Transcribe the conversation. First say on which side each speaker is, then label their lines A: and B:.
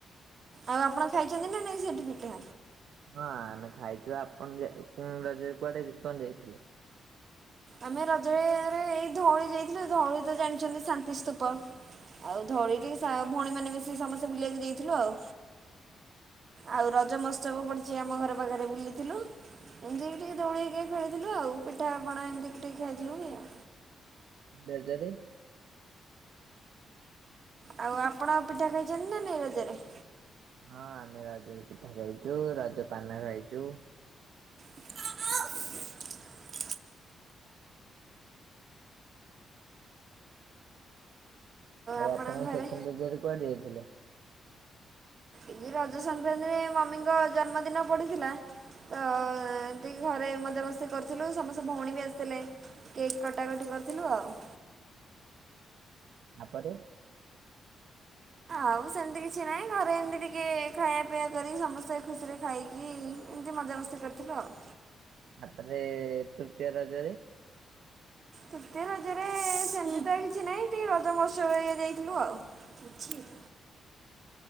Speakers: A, on the right; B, on the right.
A: ଆଉ ଆପଣ ଖାଇଛନ୍ତି ନା ନାଇଁ ସେଠି ପିଠା?
B: ହଁ ଆମେ ଖାଇଛୁ ଆପଣ ରଜ କୁଆଡେ କଣ ଯାଇଥିଲେ।
A: ଆମେ ରଜରେ ଏଇ ଧଉଳି ଯାଇଥିଲୁ ଧଉଳି ତ ଜାଣିଛନ୍ତି ଶାନ୍ତିସ୍ତୂପ। ଆଉ ଧଳିଟି ଭଉଣୀ ମାନେ ମିଶିକି ସମସ୍ତେ ବୁଲିବାକୁ ଯାଇଥିଲୁ ଆଉ। ଆଉ ରଜ ମହୋତ୍ସବ ପଡିଛି ଆମ ଘର ପାଖରେ ବୁଲିଥିଲୁ। ଏମିତି ବି ଟିକେ ଦୌଉଳି ଖେଳିଥିଲୁ ଆଉ ପିଠାପଣା ଏମତି ଟିକେ ଖାଇଥିଲୁ କି ଆଉ
B: ଜାଜାରେ।
A: ଆଉ ଆପଣ ପିଠା ଖାଇଛନ୍ତି ନା ନାଇଁ ରଜରେ?
B: ହଁ ଆମେ ରଜରେ ପିଠା ଖାଇଛୁ ରଜ ପାନ ଖାଇଛୁ।
A: <inaudible>
B: ଆଉ
A: ଆପଣଙ୍କ
B: ଆପଣ
A: ଘରେ?
B: ସେକଣ୍ଡ ରଜ ରେ କୁଆଡେ ଯାଇଥିଲେ?
A: ଏ ରଜ ସଂକ୍ରାନ୍ତିରେ ମମିଙ୍କ ଜନ୍ମଦିନ ପଡ଼ିଥିଲା। ତ ଟିକେ ଘରେ ମଜାମସ୍ତି କରୁଥିଲୁ ସମସ୍ତେ ଭଉଣୀ ବି ଆସିଥିଲେ। କେକ୍ କଟାକଟି କରିଥିଲୁ ଆଉ।
B: ଆପରେ
A: ଆଉ ସେମିତି କିଛି ନାହିଁ ଘରେ ଏମିତି ଟିକେ ଖାଇବା ପିଇବା କରି ସମସ୍ତେ ଖୁସିରେ ଖାଇକି ଏମିତି ମଜାମସ୍ତି କରିଥିଲୁ ଆଉ।
B: ତାପରେ ତୃତୀୟ ରଜରେ।
A: ତୃତୀୟ ରଜରେ ସେମିତି କିଛି ନାହିଁ ଟିକେ ରଜମହୋତ୍ସବ ହେରିକା ଯାଇଥିଲୁ ଆଉ।